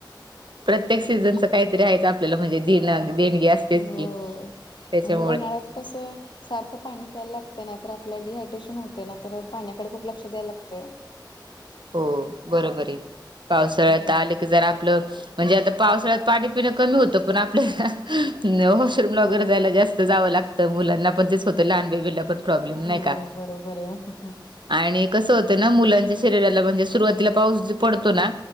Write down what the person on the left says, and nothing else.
हम्म.
हो
आणि उन्हाळ्यात कसं सारखं पाणी प्यायला लागत नाहीर आपल्याला डिहायड्रेशन होते ना तर पाण्याकडे खूप लक्ष द्यायला लागत
हम्म.
हो
हो
बरोबर आहे